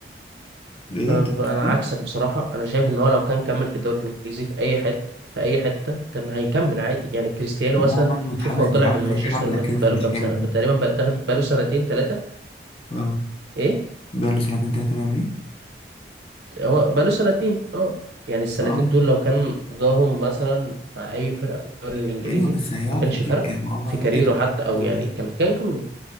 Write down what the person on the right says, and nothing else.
انا
عكسك بصراحه انا شايف ان هو لو كان كمل في الدوري الانجليزي في اي حته في اي حته كان هيكمل عادي يعني كريستيانو
مثلا
شوف هو طلع
من مانشستر
يونايتد
بقاله
كام
سنه تقريبا بقى- داخل بقاله سنتين ثلاثه
ايه
هو بقاله سنتين اه يعني السنتين
دول لو كان قضاهم مثلا مع اي فرقه في الدوري الانجليزي
ما كانش
فرق
في
كاريره
حتى او
يعني
كان كان كمل